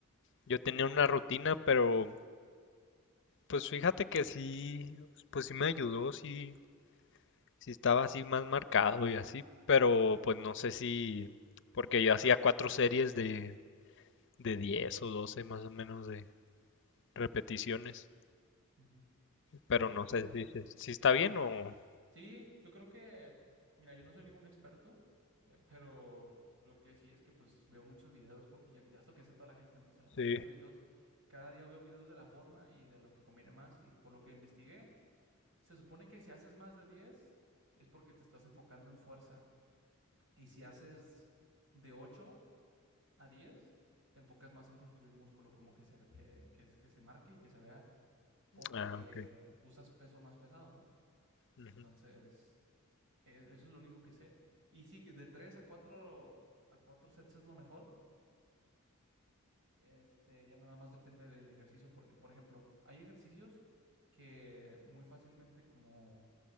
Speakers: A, on the left; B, on the right.
A: yo tenía una rutina, pero pues fíjate que sí, pues sí me ayudó, sí, sí estaba así más marcado y así, pero pues no sé si, porque yo hacía cuatro series de, de 10 o 12 más o menos de repeticiones,
B: Ujú.
A: pero
B: No,
A: no
B: pues
A: sé
B: está
A: si,
B: bien.
A: si, si está bien o...
B: Sí, yo creo que, mira, yo no soy ningún experto, eh, pero lo que sí es que pues veo muchos videos porque ya, ya es lo que hace toda la gente, ¿no? Se la pasa
A: Sí.
B: viendo videos. Cada día veo videos de la forma y de lo que conviene más y por lo que investigué, se supone que si haces más de 10 es porque te estás enfocando en fuerza y si haces de 8 a 10 te enfocas más en construir músculo, como que se ve, que, que que se marque y que se vea porque
A: Ah, ok.
B: usas peso más pesado, ¿no?
A: Ujú.
B: Entonces, es- eso es lo único que sé. Y sí, que de 3 a cuatro a cuatro sets es lo mejor. Este, ya nada más depende del ejercicio, porque, por ejemplo, hay ejercicios que muy fácilmente como